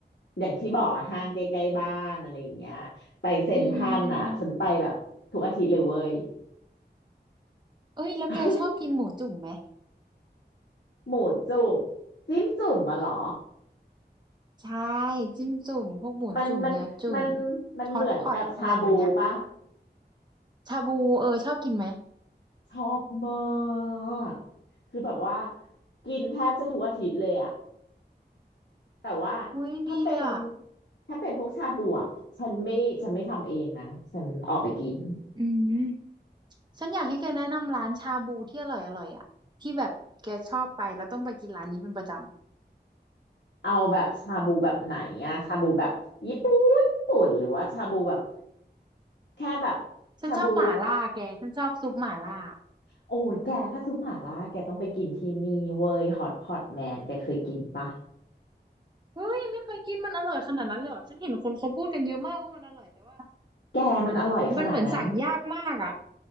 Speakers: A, on the left; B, on the right.
A: อย่างที่บอกอะห้างใกล้ๆบ้านอะไรอย่างเงี้ยไปเซ็นทรัลน่ะฉันไปแบบทุกอาทิตย์เลยเว้ย
B: อืมอืมเอ้ยแล้วแกชอบกินหมูจุ่มไหม
A: <laughs> หมูจุ่มจิ้มจุ่มมาหรอ
B: ใช่จิ้มจุ่มพวกหมูจุ่มเนื้อจุ่ม
A: มันมันมันมันเหมือนกับชาบูปะ
B: ฮอตพอตอะไรแบบเนี้ยชาบูเออชอบกินไหม
A: ชอบมาก คือแบบว่ากินแทบจะทุกอาทิตย์เลยอะแต่ว่า
B: อุ้ยดีเลยอ่ะ
A: ถ้าเป็นถ้าเป็นพวกชาบูอะฉันไม่ฉันไม่ทำเองนะฉันออกไปกิน
B: อืมฉันอยากให้แกแนะนำร้านชาบูที่อร่อยอร่อยอ่ะที่แบบแกชอบไปแล้วต้องไปกินร้านนี้เป็นประจำ
A: เอาแบบชาบูแบบไหนอะชาบูแบบญี่ปุ่นญี่ปุ่นหรือว่าชาบูแบบแค่แบบ
B: ฉันชอบหม่าล่าแกฉันชอบซุปหม่าล่า
A: ชาบูโอ้ยแกถ้าซุปหม่าล่าแกต้องไปกินที่นี่เว้ยฮอตพอตแมนแกเคยกินปะ
B: เฮ้ยยังไม่เคยกินมันอร่อยขนาดนั้นเลยเหรอฉันเห็นคนเขาพูดกันเยอะมากว่ามันอร่อยแต่ว่า
A: แกมันอร่อยขนาดนั้น
B: มันเหมือนสั่งยากมากอ่ะ